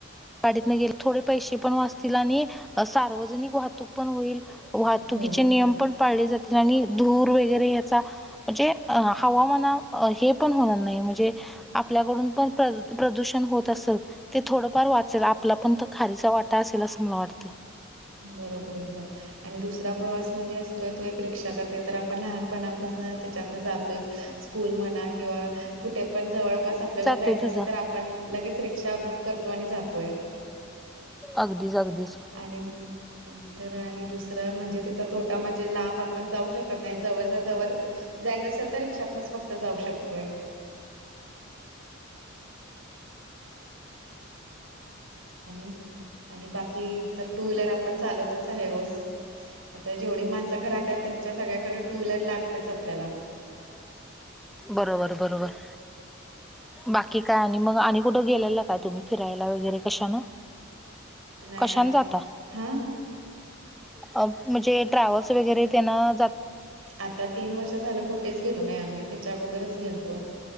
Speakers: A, in the centre; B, on the right (about 90°).
A: गाडीतन न गेल थोडे पैसे पण वाचतील आणि सार्वजनिक वाहतूक पण होईल. वाहतुकीचे
B: हो
A: नियम पण पाळले जातील आणि धूर वगैरे ह्याचा म्हणजे अ हवामाना हे पण होणार नाही म्हणजे आपल्याकडून पण प्रदूषण होत असत ते थोडंफार वा असेल आपला पण तर खारीचा वाटा असेल असं मला वाटतं.
B: बरोबर एकदम. आणि दुसरा प्रवास म्हणजे असतोय तो एक रिक्षाचा ते तर आपण लहानपणापासन त्याच्यातन जातोयच. स्कूल म्हणा किंवा कुठे पण जवळपास आप आपल्याला
A: जातोय
B: जायचं
A: तुझा
B: असेल तर आपण लगेच रिक्षा बुक करतो आणि जातोय.
A: अगदीच अगदीच
B: आणि तर आणि दुसरं म्हणजे त्याचा तोटा म्हणजे लांब आपण जाऊ शकत नाही जवळच्या जवळ जायचं असेल तर रिक्षातनच फक्त जाऊ शकतोय. आणि आणि बाकी तर टू व्हीलर आपण चालवतच आहे रोज आता जेवढी माणसं घरात आहे त्यांच्या सगळ्याकडे टू व्हीलर लागतेच आपल्याला
A: बरोबर बरोबर. बाकी काय आणि मग आणि कुठं गेलेलं काय तुम्ही फिरायला वगैरे कशा ना.
B: नाही
A: कशन जाता
B: हा
A: म्हणजे ट्रॅव्हल्स वगैरे त्यांना ज
B: आता तीन वर्ष झालं कुठेच गेलो नाही आम्ही त्याच्या अगोदरच गेलतो.